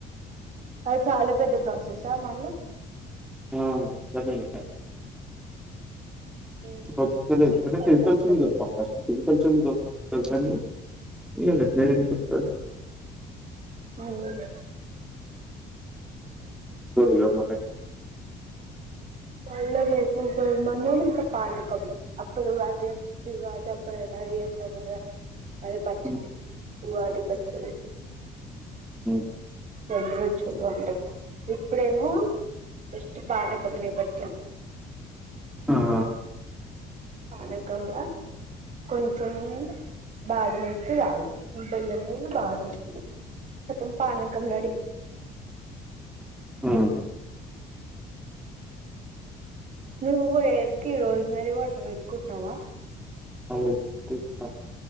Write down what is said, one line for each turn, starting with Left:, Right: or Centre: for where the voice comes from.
Right: అది చాలా పెద్ద ప్రాసెసా మళ్ళ
Centre: ఆ అట్లనే ఇగ
Right: ఉమ్.
Centre: ఓప్ క లెద్
Right: కొంచెం
Centre: <unintelligible>
Right: టైం పడుతది
Centre: పాప కొంచెం <unintelligible> ఇగ <unintelligible>
Right: హుమ్
Centre: గా మ
Right: మళ్ళ రేపు కొంత మందేమో ఇంకా పానకం అప్పుడు ఉగాదే స్ ఉగాదప్పుడు ఆ అది చేస్తారు కదా అదే పచ్చడి
Centre: హ్మ్.
Right: ఉగాది పచ్చడి
Centre: హు
Right: షేడ్రుచులు అంటే ఇప్పుడేమో బెస్ట్ పానకం రేపట్ క
Centre: ఆ
Right: పానకంలా కొంచం బాధమేస్తే చాలు బెల్లమున్ను బాధం కతం పానకం రెడీ
Centre: మ్ హు
Right: నువ్ హేర్కి రోజ్ మేరీ వాటర్ పెట్కుంటవా
Centre: అవ్ పె కుంట